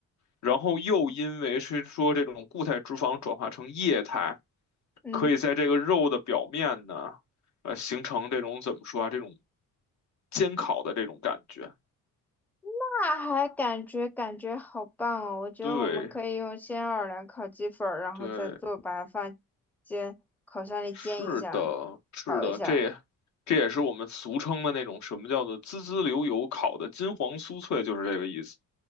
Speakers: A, on the left; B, in the centre.
A: 然后又因为是说这种固态脂肪转化成液态，
B: 嗯。
A: 可以在这个肉的表面呢，呃，形成这种怎么说啊，这种煎烤的这种感觉。
B: 那还感觉感觉好棒哦！我觉得我们可以用鲜奥尔良烤鸡粉儿，
A: 对
B: 然后再做，
A: 对，
B: 白饭，煎烤箱里煎一下，
A: 是的，是的，
B: 烤一下。
A: 这也这也是我们俗称的那种什么叫做滋滋流油烤的金黄酥脆，就是这个意思，